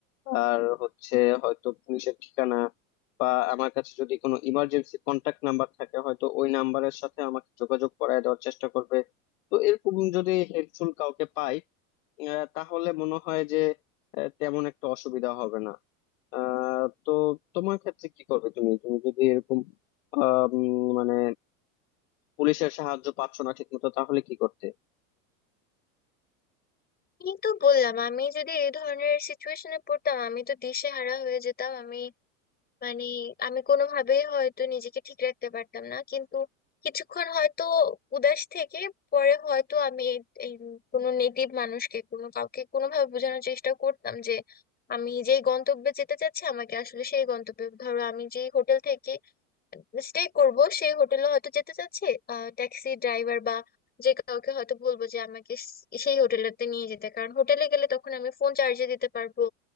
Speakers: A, on the left; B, on the left.
A: আর হচ্ছে হয়তো পুলিশের ঠিকানা বা আমার কাছে যদি কোনো ইমার্জেন্সি কন্ট্যাক্ট নাম্বার থাকে হয়তো ওই নাম্বারের সাথে আমাকে যোগাযোগ করায় দেওয়ার চেষ্টা করবে তো এরকম যদি হেল্পফুল কাউকে পাই আহ, তাহলে মনে হয় যে আহ, তেমন একটা অসুবিধা হবে না আহ, তো তোমার ক্ষেত্রে কি করবে তুমি তুমি যদি এরকম আহ, উম, মানে পুলিশের সাহায্য পাচ্ছ না ঠিকমতো তাহলে কি করতে
B: এই তো বললাম আমি যদি এই ধরনের সিচুয়েশনে পড়তাম আমি তো দিশেহারা হয়ে যেতাম আমি মানে আমি কোনোভাবেই হয়তো নিজেকে ঠিক রাখতে পারতাম না কিন্তু কিছুক্ষণ হয়তো উদাস থেকে পরে হয়তো আমি এই এই কোনো নেটিভ মানুষকে কোনো কাউকে কোনোভাবে বোঝানোর চেষ্টা করতাম যে আমি যেই গন্তব্যে যেতে চাচ্ছি আমাকে আসলে সেই গন্তব্যে ধরো আমি যেই হোটেল থেকে স্টে করব সেই হোটেলে হয়তো যেতে চাচ্ছি ট্যাক্সি ড্রাইভার বা যে কাউকে হয়তো বলবো যে আমাকে স- সেই হোটেলেতে নিয়ে যেতে কারণ হোটেলে গেলে তখন আমি ফোন চার্জে দিতে পারবো